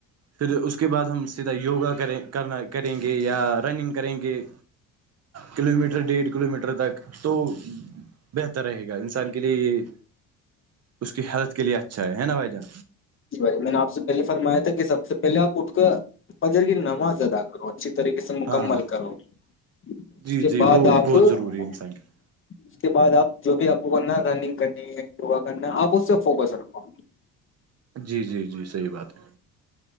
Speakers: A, on the right (about 35°); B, on the left (about 30°).
A: پھر اس کے بعد ہم سیدھا یوگا کریں کرنا کریں گے یا رننگ کریں گے کلو میٹر ڈیڑھ کلو میٹر تک تو بہتر رہے گا انسان کے لیے یہ اس کی ہیلتھ کے لیے اچھا ہے ہے نا بھائی جان
B: جی بھائی جان میں نے آپ پہلے فرمایا تھا کہ سب سے پہلے آپ اٹھ کر فجر کی نماز ادا کرو اچھی طریقے سے مکمل
A: ہاں
B: کرو اس
A: جی
B: کے
A: جی
B: بعد
A: وہ
B: آپ
A: بہت
B: اس
A: ضروری ہے انسان کے
B: کے بعد آپ جو بھی آپ کو کرنا رننگ کرنی ہے یوگا کرنا ہے آپ اس سے فوکس رکھو
A: جی جی جی صحیح بات ہے